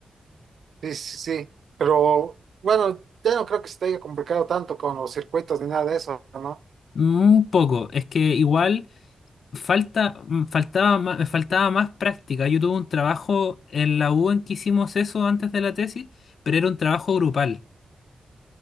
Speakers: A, on the right (about 70°); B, on the left (about 70°).
A: Sí, sí, sí, pero bueno, ya no creo que se te haya complicado tanto con los circuitos ni nada de eso, ¿no?
B: Un poco, es que igual falta, mm, faltaba más, me faltaba más práctica. Yo tuve un trabajo en la U en que hicimos eso antes de la tesis, pero era un trabajo grupal.